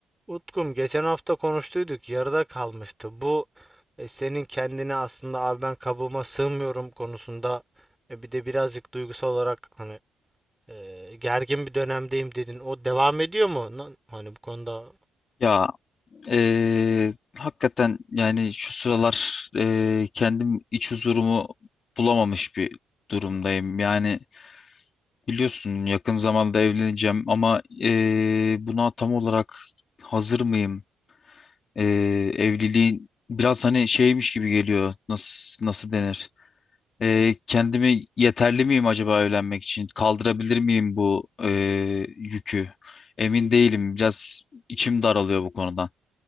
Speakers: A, in the centre; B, on the left (about 50°).
A: Utkum geçen hafta konuştuyduk yarıda kalmıştı. Bu e, senin kendini aslında abi ben kabuğuma sığmıyorum konusunda e, bir de birazcık duygusal olarak hani e, gergin bir dönemdeyim dedin. O devam ediyor mu? Na- Hani bu konuda
B: Ya eee, hakikaten yani şu sıralar eee, kendim iç huzurumu bulamamış bir durumdayım. Yani biliyorsun yakın zamanda evleneceğim ama eee, buna tam olarak hazır mıyım? Eee, evliliğin biraz hani şeymiş gibi geliyor. Nasıl nasıl denir? Eee, kendimi yeterli miyim acaba evlenmek için? Kaldırabilir miyim bu eee, yükü? Emin değilim. Biraz içim daralıyor bu konudan.